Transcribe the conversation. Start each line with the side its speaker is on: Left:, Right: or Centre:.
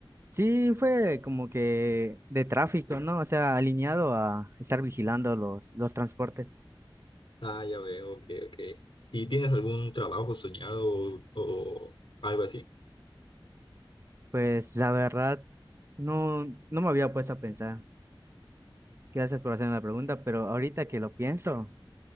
Right: Sí, fue como que de tráfico, ¿no? O sea, alineado a estar vigilando los, los transportes.
Left: Ah, ya veo, ok, ok. ¿Y tienes algún trabajo soñado o, o algo así?
Right: Pues la verdad, no, no me había puesto a pensar. Gracias por hacerme la pregunta, pero ahorita que lo pienso,